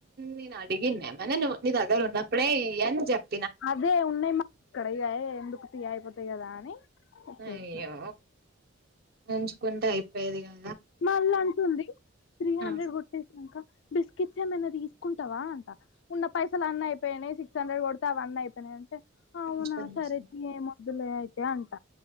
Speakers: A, on the right; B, on the left.
A: నేను అడిగిన్న నువ్ నీ దగ్గర ఉన్నప్పుడే ఇయ్యని చెప్
B: అదే ఉన్నాయి మా ఇక్కడ ఇగ ఎందుకు తీ అయిపోతాయి కదా అని వచ్చేసిన
A: అయ్యో ఉంచుకుంటే అయిపోయేది గా
B: మల్ల అంటుంది త్రీ
A: ఆ
B: హండ్రెడ్ కొట్టేసాక బిస్కెట్స్ ఏమైనా తీసుకుంటావా అంట ఉన్న పైసలు అన్న అయిపోయానాయి సిక్స్ హండ్రెడ్ కొడితే అవన్ని అయిపోయినాయి అవునా
A: మంచి పని
B: సరే
A: చేసినవ్
B: తీ ఎమ్మొదులే అయితే అంట